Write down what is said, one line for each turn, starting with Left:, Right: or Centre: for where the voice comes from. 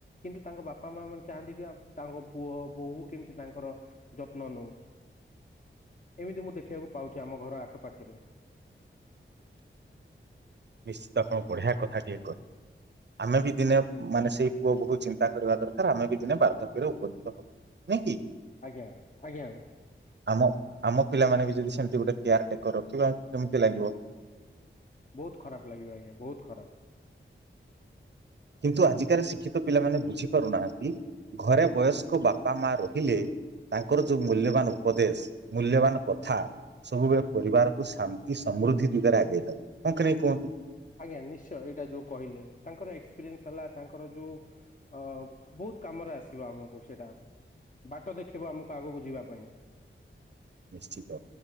Left: କିନ୍ତୁ ତାଙ୍କ ବା ବାପା ମା ମାନେ ଚାହାନ୍ତି କି ତାଙ୍କ ପୁଅ ବୋହୂ କେମିତି ତାଙ୍କର ଯତ୍ନ ନଉ। ଏମିତି ମୁଁ ଦେଖିବାକୁ ପାଉଚି ଆମ ଘର ଆଖପାଖରେ
Right: ନିଶ୍ଚିତ ଆପଣ ବଢିଆ କଥା ଟିକେ କହିଲେ ଆମେ ବି ଦିନେ ମାନେ ସେଇ ପୁଅ ବୋହୁ ଚିନ୍ତା କରିବା ଦରକାର ଆମେ ବି ଦିନେ ବାର୍ଦ୍ଧକ୍ୟରେ ଉପନୀତ ହବା ନାଇଁ କି
Left: ଆଜ୍ଞା ଆଜ୍ଞା।
Right: ଆମ ଆମ ପିଲାମାନେ ବି ଯଦି ସେମତି ଗୋଟେ କେୟାର ଟେକର ରଖିବେ ଆମକୁ କେମିତି ଲାଗିବ?
Left: ବହୁତ ଖରାପ ଲାଗିବ ଆଜ୍ଞା ବହୁତ ଖରାପ।
Right: କିନ୍ତୁ ଆଜିକାଲି ଶିକ୍ଷିତ ପିଲାମାନେ ବୁଝିପାରୁନାହାନ୍ତି ଘରେ ବୟସ୍କ ବାପା ମା ରହିଲେ ତାଙ୍କର ଯୋଉ ମୂଲ୍ୟବାନ ଉପଦେଶ ମୂଲ୍ୟବାନ କଥା ସବୁବେଳେ ପରିବାରକୁ ଶାନ୍ତି ସମୃଦ୍ଧି ଦିଗରେ ଆଗେଇ ନବ ହଁ କି ନାହିଁ କୁହନ୍ତୁ?
Left: ଆଜ୍ଞା ନିଶ୍ଚୟ ଏଇଟା ଯୋଉ କହିଲେ ତାଙ୍କର ଏକ୍ସପିରିଏନ୍ସ ହେଲା ତାଙ୍କର ଯୋଉ ଅ ବହୁତ କାମରେ ଆସିବ ଆମକୁ ସେଇଟା ବାଟ ଦେଖେଇବ ଆମକୁ ଆଗକୁ ଯିବା ପାଇଁ।
Right: ନିଶ୍ଚିତ